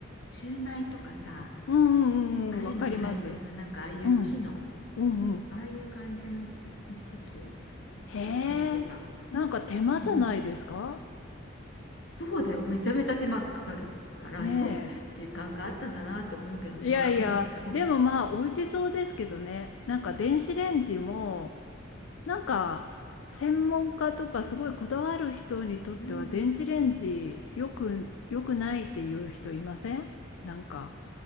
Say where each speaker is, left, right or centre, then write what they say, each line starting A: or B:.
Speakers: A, on the left; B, on the left.
A: シューマイとかさ
B: うん
A: ああいうのが入ってるななんかああいう木の
B: うんうん。わかります。うんうんうん。
A: ああいう感じの蒸し器
B: へえ。
A: を使ってた
B: なんか手間じゃないですか
A: うんうんそうだよめちゃめちゃ手間がかかるからよく時間があったんだなって思うけどね今考えると。
B: ねえ。いやいや、でもまあ、美味しそうですけどね。なんか電子レンジも、なんか、専門家とかすごいこだわる人にとっては電子レンジよく、
A: うん
B: よくないっていう人いませんなんか、